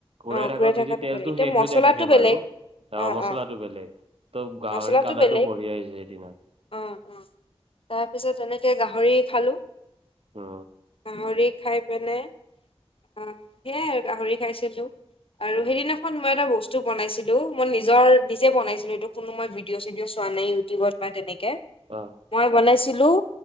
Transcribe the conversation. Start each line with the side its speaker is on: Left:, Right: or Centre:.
Right: ঘূৰাই
Left: অ
Right: থাকাত
Left: থকাটো
Right: যদি তেলটো
Left: বেলেগ এতিয়া
Right: শেষ
Left: মচলাটো
Right: হৈ যায় থাকে
Left: বেলেগ
Right: বাৰু।
Left: অ
Right: মছলাটো
Left: অ
Right: বেলেগ, ত' গাহৰি
Left: মচলাটো
Right: কালাৰটো
Left: বেলেগ
Right: বঢ়িয়া হৈছে সেইদিনা।
Left: অ অ, তাৰপিছত এনেকে গাহৰি খালোঁ।
Right: অ
Left: গাহৰি খাই পেলাই, অ সেয়াই আৰু গাহৰি খাইছিলোঁ। আৰু
Right: অ
Left: সেইদিনা খন মই এটা বস্তু বনাইছিলো। মই নিজৰ নিজে বনাইছিলো এইটো, কোনো মই ভিডিঅ'-চিডিঅ' চোৱা নাই ইউটিউবত বা তেনেকে
Right: অঁ
Left: মই বনাইছিলো